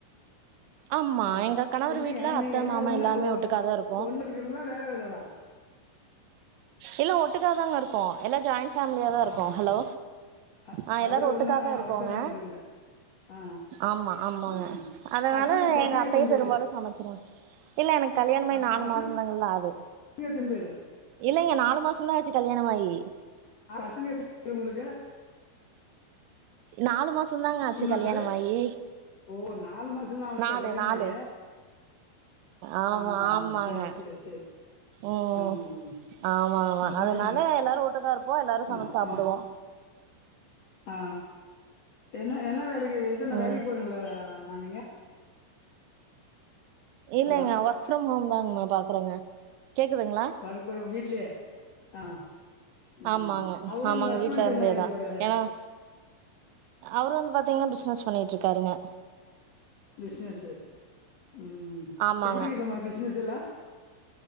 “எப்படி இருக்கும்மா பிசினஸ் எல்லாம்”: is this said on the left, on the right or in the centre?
Left